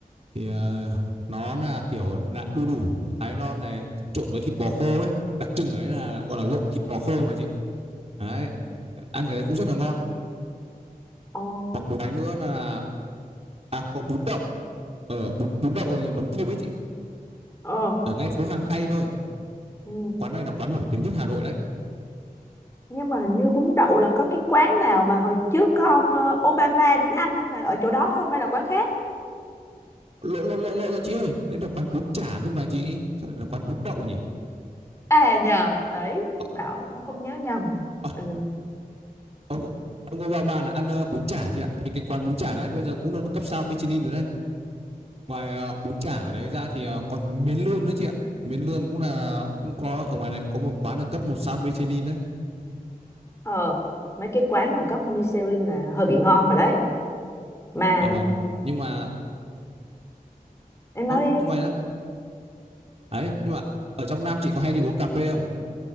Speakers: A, on the right; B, on the left.
A: thì à, nó là kiểu là đu đủ Thái non này trộn với thịt bò khô ấy đặc trưng ở đấy là gọi là lộn thịt bò khô mà chị đấy ăn cái đấy cũng rất là ngon
B: Ồ.
A: hoặc một cái nữa là à, có bún đậu ở bún, bún đậu mắm tôm ấy chị
B: Ờ.
A: ở ngay phố Hàng Khay thôi
B: Ừ.
A: quán này là quán nổi tiếng nhất Hà Nội đấy
B: nhưng mà hình như bún đậu là có cái quán nào mà hồi trước có ông ờ, Obama đến ăn ấy là ở chỗ đó không hay là quán khác
A: lộ lộ lộ lộ ra chị ơi đây là quán bún chả cơ mà chị sao lại là quán bún đậu nhỉ
B: à nhờ đấy
A: Ờ,
B: bảo con không nhớ nhầm
A: ờ,
B: ừ.
A: ông ông Obama là ăn ờ, bún chả chị ạ thì cái quán bún chả đấy bây giờ cũng được cấp sao Michelin rồi đấy ngoài ờ, bún chả ở đấy ra thì ờ, còn miến lươn nữa chị ạ miến lươn cũng là cũng có ở ngoài này cũng có một quán được cấp một sao Michelin đấy
B: ờ mấy cái quán mà cấp Michelin là hơi bị ngon rồi đấy mà
A: à vâng nhưng mà
B: em nói
A: ờ,
B: đi
A: nhưng ngoài ra- đấy nhưng mà ở trong Nam chị có hay đi uống cà phê không